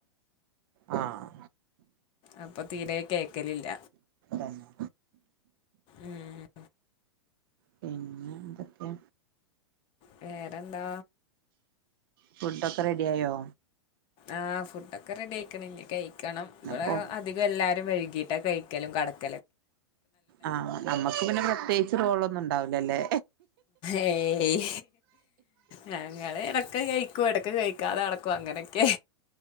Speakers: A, on the right; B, on the left.
A: അ ആഹ <unintelligible>
B: അപ്പൊ തീരായി കേക്കലില്ല
A: തന്നെ
B: ഉം
A: പിന്നെ എന്തൊക്കെയ
B: വേറെന്താ
A: ഫുഡൊക്കെ റെഡി ആയോ
B: ആ ഫുഡൊക്കെ റെഡി ആയിക്കണം ഇനി കഴിക്കണം ഇവിടെ
A: ന്നക്കോ
B: അധികം എല്ലാരും വൈകി <unintelligible> ഇവിടെ കഴിക്കലും കെടക്കലും
A: ആ നമക്ക് പിന്നെ പ്രത്യേകിച്ച് റോളൊന്നും ഉണ്ടാവലല്ലേ
B: ഏയ് ഞങ്ങളെ ഇടക്കെ കഴ- കഴിക്കും ഇടക്ക് കഴിക്കാതെ കിടക്കും അങ്ങനെയൊക്കെ